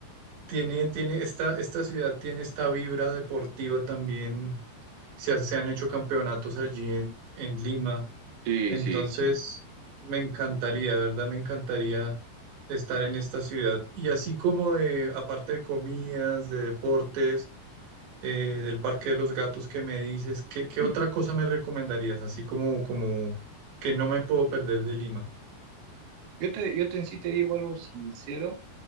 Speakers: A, on the right; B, on the right.
A: tiene, tiene, esta, esta ciudad tiene esta vibra deportiva también se, ha- se han hecho campeonatos allí en, en Lima.
B: sí,
A: Entonces,
B: sí, sí.
A: me encantaría, ¿verdad? Me encantaría estar en esta ciudad. Y así como de, aparte de comidas, de deportes, eh, del Parque de los Gatos que me dices, ¿qué, qué
B: <laughs>
A: otra cosa me recomendarías? Así como, como que no me puedo perder de Lima.
B: Yo te, yo te, en sí te digo algo sincero,